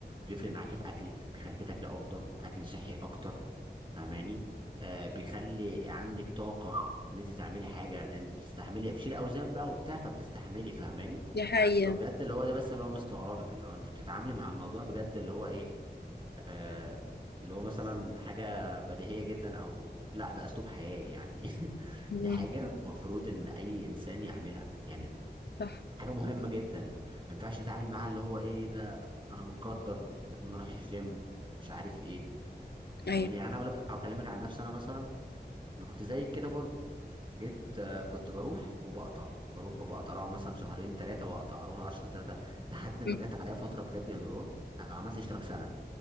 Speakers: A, on the right; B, on the left.
A: بيفرق معاكي في اكلك بيخليكي تاكلي افضل اكل صحي اكتر فاهماني آه بيخلي عندك طاقه ان انت تعملي حاجه لان انت بتستحملي بتشيلي اوزان بقى وبتاع فبتستحملي فاهماني
B: دي حقيقة
A: فبجد اللي هو ده بس اللي هو مستغربك اللي هو انت بتتعاملي مع الموضوع بجد اللي هو ايه آه، اللي هو مثلا حاجة بديهية جدا أو لا ده أسلوب حياة يعني <laughs>
B: مم.
A: دي حاجة مفروض إن أي إنسان يعملها يعني دي
B: صح
A: حاجة مهمة جدا ما ينفعش نتعامل معاها اللي هو إيه ده أنا متقدر لازم أروح الجيم مش عارف إيه
B: ايوه
A: فاهماني يعني أنا هقول لك هكلمك عن نفسي أنا مثلا أنا كنت زيك كده برضو جيت آه، كنت بروح وبقطع بروح وبقطع اقعد مثلا شهرين ثلاثة وأقطع أروح شهرين ثلاثة لحد ما
B: مم.
A: جت عليا فترة بجد يا نوران أنا عملت اشتراك سنة